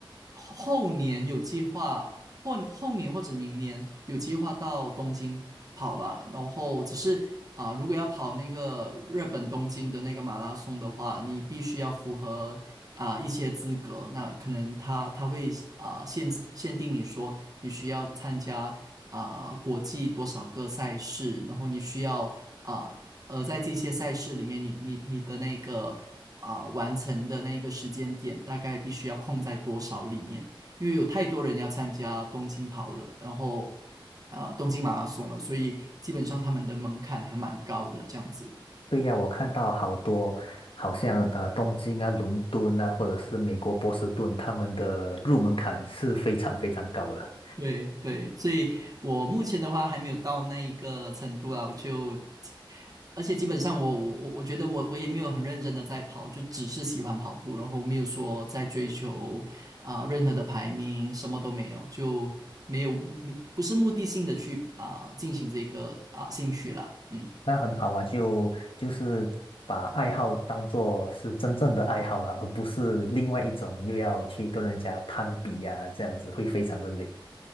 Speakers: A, on the right; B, on the left.
A: 后年有计划，后后年或者明年有计划到东京。跑了，然后只是啊、如果要跑那个日本东京的那个马拉松的话，你必须要符合啊、一些资格。那可能他他会啊、限限定你说你需要参加啊、国际多少个赛事，然后你需要啊、呃在这些赛事里面你你你的那个。啊、完成的那个时间点大概必须要控在多少里面？因为有太多人要参加东京跑了，然后啊、呃东京马拉松了，所以基本上他们的门槛还蛮高的这样子。
B: 对呀，我看到好多，好像啊东京啊、伦敦啊，或者是美国波士顿，他们的入门槛是非常非常高的。
A: 对对，所以我目前的话还没有到那一个程度啊，我就，而且基本上我我我我觉得我我也没有很认真的在跑，就只是喜欢跑步，然后没有说在追求啊、任何的排名，什么都没有，就没有目不是目的性的去啊、进行这个啊、兴趣啦，嗯。
B: 那很好啊，就就是把爱好当做是真正的爱好了，而不是另外一种又要去跟人家攀比呀、这样子会非常的累。